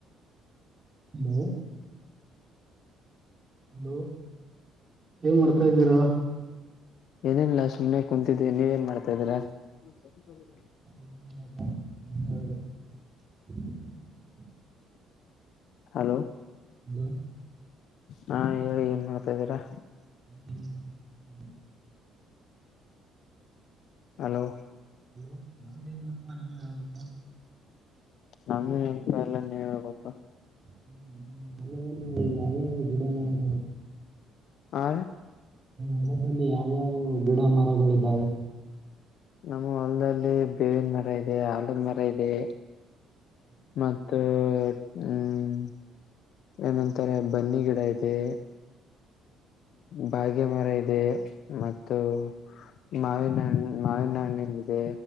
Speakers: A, on the right; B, on the left.
A: ಹಲೋ. ಹಲೋ ಏನ್ ಮಾಡ್ತಾ ಇದ್ದೀರಾ.
B: ಏನಿಲ್ಲ ಸುಮನೆ ಕುಂತಿದ್ದಿ ನೀವ ಏನ್ ಮಾಡ್ತಾ ಇದೀರಾ. <inaudible>
A: <unintelligible>
B: ಹಲೋ.
A: <unintelligible>
B: ಹಾ ಹೇಳಿ ಏನ್ ಮಾಡ್ತಾ ಇದಿರಾ.
A: <unintelligible>
B: ಹಲೋ.
A: ಹಲೋ ನಂದೇನಿಲ್ಲಪ್ಪ ನೀವೇ ಹೇಳ್ಬೇಕು.
B: ನಂದು ನೆನ್ಪ ಎಲ್ಲ ನೀವ ಹಬೇಕ.
A: <unintelligible>
B: ಹಾ.
A: ಹೊರದಲ್ಲಿ ಯಾವ್ಯಾವ ಗಿಡ ಮರಗಳಿದ್ದಾವೆ.
B: ನಮ್ಮ ಹೊಲ್ದಲ್ಲಿ ಬೇವಿನ ಮರ ಇದೆ. ಮರ ಇದೆ ಮತ್ತ. ಹ್ಮ್ ಏನಂತಾರೆ ಬನ್ನಿ ಗಿಡ ಇದೆ. ಬಾಗ್ಯ ಮರ ಇದೆ ಮತ್ತು. ಮಾವಿನಣ ಮಾವಿನ ಹಣ್ಣಲ್ಲಿದೆ.